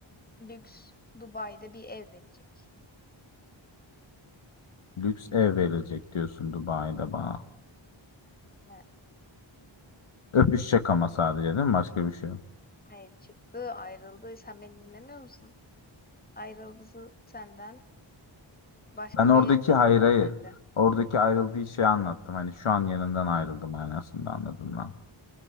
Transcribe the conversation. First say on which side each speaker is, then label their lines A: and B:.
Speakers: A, on the left; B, on the left.
A: lüks Dubai'de bir ev verecek.
B: lüks ev verilecek diyorsun Dubai'de bana.
A: Evet,
B: Öpüşecek ama sadece değil mi? Başka bir şey yok.
A: evet, çıktı, ayrıldı. Sen beni dinlemiyor musun? Ayrıldı senden başka
B: Ben oradaki
A: bir adamla
B: hayır hayır.
A: evlendi.
B: Oradaki ayrıldığı şeyi anlattım. Hani şu an yanından ayrıldım manasında anladım ben.